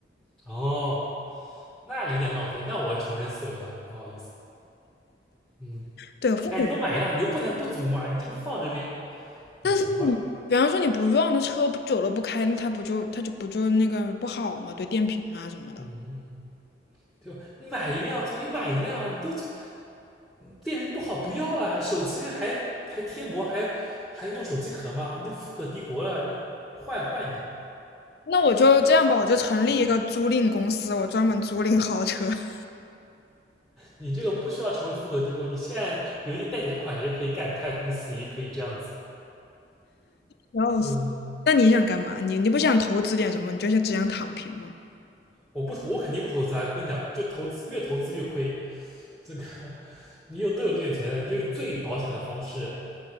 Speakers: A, in the centre; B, on the left.
A: 哦，那有点浪费，那我穷人思维了，不好意思，嗯，
B: 对，富可
A: 哎，你都买一辆，你就不能不租吗？你这个放这边也行吧，
B: 但是你比方说你不用，的车久了不开，那它不就它就不就那个不好嘛？对电瓶啊什么的。
A: 嗯嗯。对吧？你买一辆，重新买一辆，你都从店名不好不要了，手机还还贴膜，还还弄手机壳嘛，你都富可敌国了，你换换一个，
B: 那我就这样吧，我就成立一个租赁公司，我专门租赁豪车。<laughs>
A: 你这个不需要成为富可敌国，你现在有点贷点款也可以干，开公司也可以这样子。
B: 然后，
A: 嗯，
B: 那你想干嘛？你你不想投资点什么？你就想只想躺平吗？
A: 我不投，我肯定不投资啊！跟你讲，就投资越投资越亏。这个你有都有这点钱了，你就最保险的方式